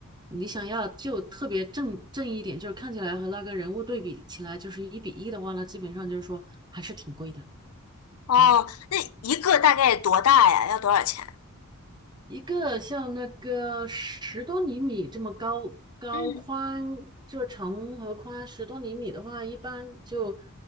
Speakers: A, on the right (about 20°); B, on the left (about 75°).
A: 你想要就特别正正一点，就是看起来和那个人物对比起来就是一比一的话呢，基本上就是说还是挺贵的。
B: 哦，
A: 对。
B: 那一个大概多大呀？要多少钱？
A: 一个像那个十多厘米这么高高宽，
B: 嗯，
A: 就长和宽十多厘米的话，一般就